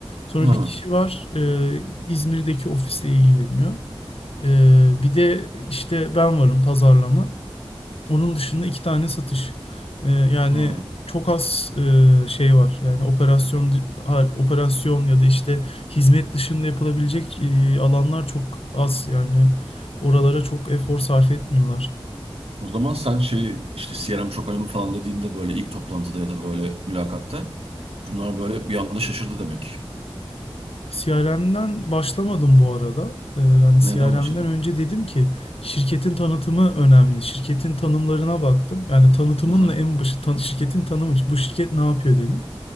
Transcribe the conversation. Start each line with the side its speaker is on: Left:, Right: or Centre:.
Left: Sonra
Right: Hı.
Left: bir kişi var e, İzmir'deki ofisle ilgileniyor. E, bir de işte ben varım pazarlama. Onun dışında iki tane satış. Ee, yani
Right: ha.
Left: çok az e, şey var. Yani operasyon dı- ha- operasyon ya da işte hizmet dışında yapılabilecek e, alanlar çok az. Yani oralara çok efor sarf etmiyorlar.
Right: O zaman sen şeyi işte CRM çok önemli falan dediğinde böyle ilk toplantıda ya da böyle mülakatta bunlar böyle bir anda şaşırdı demek.
Left: CRM'den başlamadım bu arada. Ee, yani
Right: Neden
Left: CRM'den
Right: başladın?
Left: önce dedim ki şirketin tanıtımı önemli. Şirketin tanımlarına baktım. Yani tanıtımın
Right: Hı.
Left: da en başı tan- şirketin tanımı. Bu şirket ne yapıyor demek.